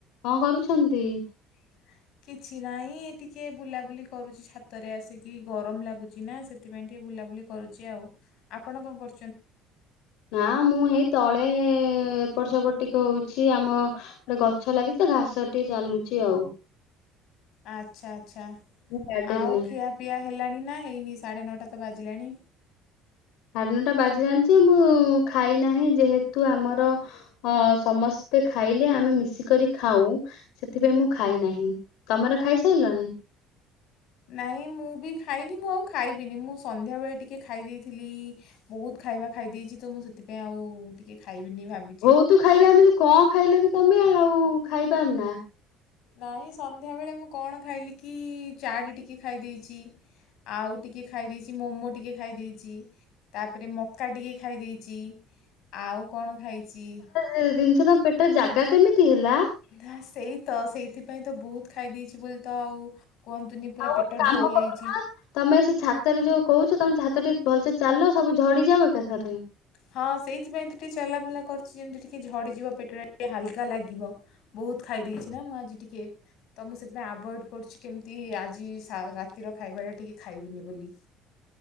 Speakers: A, on the left; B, on the left.
A: କଂ କରୁଚନ୍ତି?
B: ନ୍ତି କିଛି ନାହିଁ ଏ ଟିକେ ବୁଲାବୁଲି କରୁଚି ଛାତରେ ଆସିକି ଗରମ ଲାଗୁଚି ନା ସେ ଥିପାଇଁ ଟିକେ ବୁଲାବୁଲି କରୁଚି ଆଉ ଆପଣ କଣ କରୁ
A: ନା ମୁଁ ହେଇ ତଳେ ଏପଟ ସେପଟ ଟିକେ ହଉଚି ଆମ ଗୋଟେ ଗଛ ଲାଗିଚି ତ ଘାସରେ ଟିକେ ଚାଲୁଚି ଆଉ।
B: ଆଚ୍ଛା ଆଚ୍ଛା
A: ମୁଁ ଗାର୍ଡେନରେ
B: ଆଉ ଖିଆପିଆ ହେଲାଣି ନା ହେଇନି ସାଢ଼େ ନଅଟା ତ ବାଜିଲାଣି?
A: ସାଢେ ନଅ ଟା ବାଜିଲାଣି ଯେ ମୁଁ ଖାଇ ନାହିଁ ଯେହେତୁ ଆମର ହଁ ସମସ୍ତେ ଖାଇଲେ ଆମେ ମିଶିକରି ଖାଉ। ସେଥିପାଇଁ ମୁଁ ଖାଇ ନାହିଁ ତମର ଖାଇସାରିଲଣି?
B: ନାହିଁ ମୁଁ ବି ଖାଇନି ମୁଁ ଆଉ ଖାଇବିନି ମୁଁ ସନ୍ଧ୍ୟାବେଳେ ଟିକେ ଖାଇ ଦେଇଥିଲି। ବହୁତ ଖାଇବା ଖାଇ ଦେଇେଚି ତ ମୁଁ ସେଥିପାଇଁ ଆଉ ଟିକେ ଖାଇବିନି ଭାବି
A: ବହୁତୁ ଖାଇବା ମିଲ କଣ ଖାଇଲ କି ତମେ ଆଉ ଖାଇପାରୁ ନା?
B: ନାହିଁ ସନ୍ଧ୍ୟାବେଳେ ମୁଁ କଣ ଖାଇଲି କି ଚାଟ ଟିକେ ଖାଇ ଦେଇଚି। ଆଉ ଟିକିଏ ଖାଇ ଦେଇଚି ମୋମୋ ଟିକେ ଖାଇ ଦେଇଚି। ତାପରେ ମକା ଟିକେ ଖାଇ ଦେଇଚି ଆଉ କଣ ଖାଇଚି?
A: ସେ ଜିନିଷ ତମ ପେଟରେ ଜାଗା କେମିତି ହେଲା?
B: ନା, ସେଇ ତ। ସେଇଥିପାଇଁ ତ ବହୁତ ଖାଇ ଦେଇଚି ବୋଲି, ତ ଆଉ କୁହନ୍ତୁନି ପୁରା
A: ଆଉ
B: ପେଟ
A: ଗୋଟେ କାମ
B: ଢୋଲ
A: କର
B: ହେଇଚି।
A: ତମେ ସେ ଛାତରେ ଯୋଉ କୋହୂଚ ତମେ ଛାତରେ ଟିକେ ଭଲସେ ଚାଲ ସବୁ ଝଡି ଯାଉ ଏକାଥରେ।
B: ହଁ ସେଇଥିପାଇଁ ତ ଟିକେ ଚଲାବୁଲା କରୁଛି ଯେମିତି ଟିକେ ଝଡ଼ିଯିବ ପେଟଟା ଟିକେ ହାଲକା ଲାଗିବ। ବହୁତ ଖାଇଦେଇଛି ନା ମୁଁ ଆଜି ଟିକେ। ତ ମୁଁ ସେଥିପାଇଁ ଆଭଏଡ଼୍ କରୁଛି କେମିତି ଆଜି ସା ରାତିର ଖାଇବାଟା ଟିକି ଖାଇବିନି ବୋଲି।